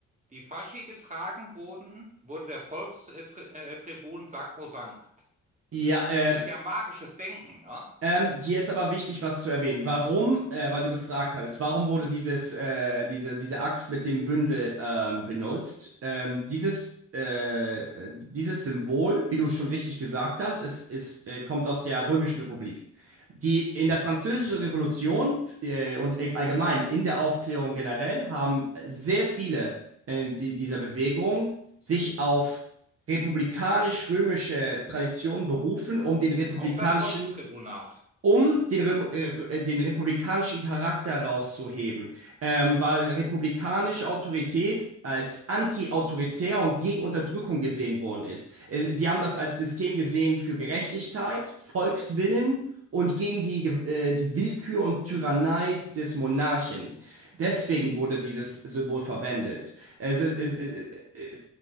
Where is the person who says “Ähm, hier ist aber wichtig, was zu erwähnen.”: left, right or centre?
Right